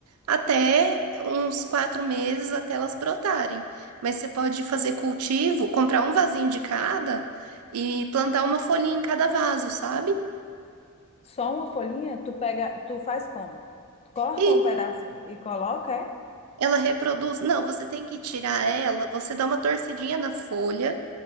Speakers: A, on the right; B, on the left.
A: até uns quatro meses até elas brotarem. Mas você pode fazer cultivo, comprar um vasinho de cada e plantar uma folhinha em cada vaso, sabe?
B: Só uma folhinha? Tu pega, tu faz como? Corta
A: E
B: um pedacinho e coloca, é?
A: ela reproduz. Não, você tem que tirar ela, você dá uma torcidinha na folha.